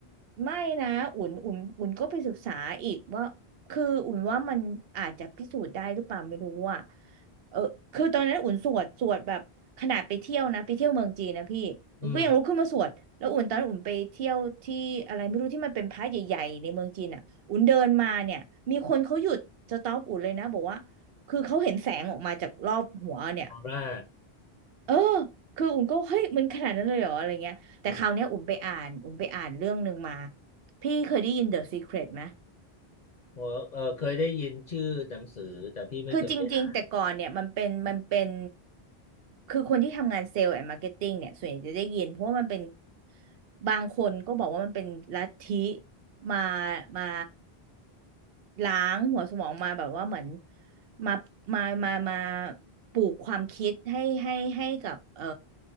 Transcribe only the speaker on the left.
อืม
ออร่า
โอ้
โเเออเคยได้ยินชื่อหนังสือแต่พี่ไม่เคยได้อ่าน